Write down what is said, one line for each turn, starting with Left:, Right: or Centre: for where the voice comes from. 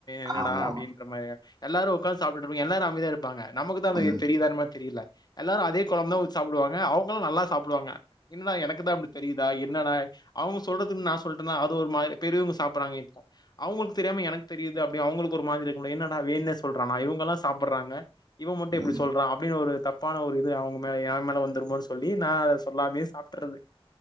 Left: என்னடா
Right: ஆமாமா.
Left: அப்டின்னு ன்ற மாரி எல்லாரும் உக்காந்து சாப்பிட்டு இருப்பங்க எல்லாரும் அமைதியா இருப்பாங்க நமக்குதான் அந்த
Right: ம்.
Left: இது தெரியிதா மாரி தெரில எல்லாரும் அதே கொழம்புதா ஊத்தி சாப்டுவாங்க அவுங்களும் நல்லா சாப்டுவாங்க என்னடா எனக்கு தா அப்புடி தெரியுதா என்னடா அவுங்க சொல்றதுன்னு நா சொல்றேனா அது ஒரு பெரியவுங்க சாப்புறாங்க இப்போ அவுங்களுக்கு தெரியாம எனக்கு தெரியுது அப்படி அவங்களுக்கு ஒரு மாதிரி இருக்கும்ல என்னடா வேணுணே சொல்றானா இவுங்கல்லாம் சாப்புட்றாங்க இவன் மட்டும் எப்புடி
Right: ம்.
Left: சொல்றான் அப்புடின்னு ஒரு தப்பான ஒரு இது அவுங்க மேல என் மேல வந்துருமோ சொ சொல்லி நா அத சொல்லாமே சாப்புட்றது